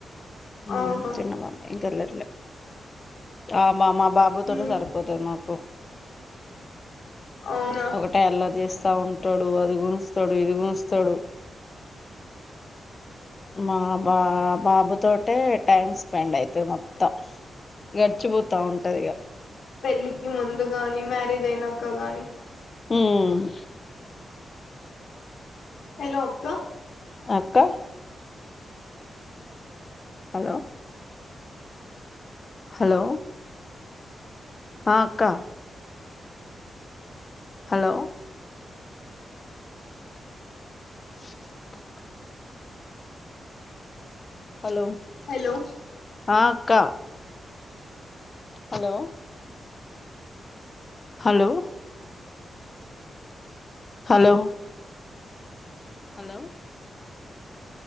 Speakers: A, on the left (about 25°); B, on the left (about 55°).
A: ఉమ్
B: ఆహా
A: చిన్నబాబు ఏంకర్లేదు. ఆహ్. మా బాబుతోటే
B: ఉమ్
A: సరిపోతాది మాకు
B: అవునా
A: ఒకటే ఎల్లా చేస్త్. స్త ఉంటాడు. అది గుంస్తాడు ఇది గుంస్తాడు మా బా బాబుతోట్. అంటే టైమ్ స్పెండ్ అయితది మొత్తం గడిచిపోతా ఉంటది ఇక.
B: పెళ్ళికి ముందు గాని మ్యారేజ్ అయినాంక గాని.
A: ఉమ్.
B: హలో అక్క.
A: అక్క. హలో. హలో. ఆహ్ అక్క. హలో. <inaudible> హలో.
B: హలో.
A: అక్క. హలో. హలో. హలో. హలో.